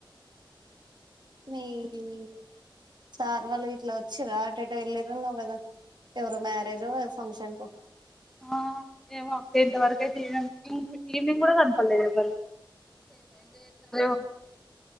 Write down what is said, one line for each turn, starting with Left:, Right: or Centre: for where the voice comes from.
Right: మీరు సార్ వాళ్ళు ఇట్లా వచ్చిర్రా అటు ఏటో వెళ్లిర్రన్నవ్ కదా ఎవరో మేరేజో ఫంక్షన్కో
Centre: ఆ ఏమో అక్క ఇంత వరకు అయితే ఏమో ఈవినింగ్ కూడా కనపడలేదు ఎవ్వరు <unintelligible>